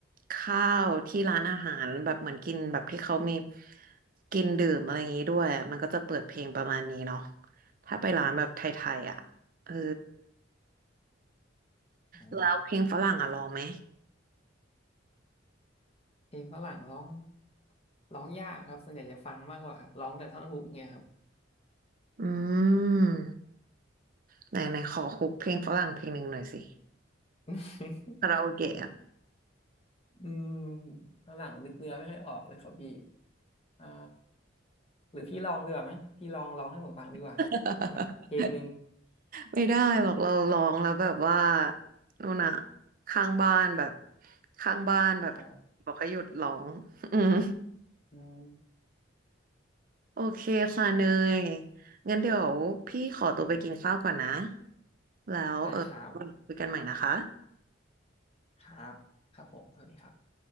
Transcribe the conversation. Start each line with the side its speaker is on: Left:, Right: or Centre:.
Right: ข้าวที่ร้านอาหารแบบเหมือนกินแบบที่เขามีกินดื่มอะไรอย่างงี้ด้วย มันก็จะเปิดเพลงประมาณนี้เนาะถ้าไปร้านแบบไทยๆอ่ะ เออ
Left: อ่า
Right: แล้วเพลงฝรั่งอ่ะลองไหม
Left: เพลงฝรั่งร้องร้องยากครับส่วนใหญ่จะฟังมากกว่าครับร้องแต่ท่อนฮุกเนี่ยครับ
Right: อืมไหนไหนขอคุกเพลงฝรั่งเพลงหนึ่งหน่อยสิ
Left: <laughs>
Right: คาราโอเกะอะ
Left: อืมฝรั่งนึกเนื้อไม่ค่อยออกเลยครับพี่อ่าหรือพี่ลองดีกว่าไหม พี่ลองร้องให้ผมฟังดีกว่า
Right: <laughs>
Left: สักเพลงหนึ่ง
Right: ไม่ได้หรอกเราร้องแล้วแบบว่านู่นอะข้างบ้านแบบข้างบ้านแบบ
Left: อ๋อ
Right: บอกให้หยุดร้อง <laughs> อืม
Left: อืม
Right: โอเคค่ะเนยงั้นเดี๋ยวพี่ขอตัวไปกินข้าวก่อนนะแล้วเออ
Left: ได้ครับ
Right: คุยกันใหม่นะคะ
Left: ครับ ครับผมสวัสดีครับ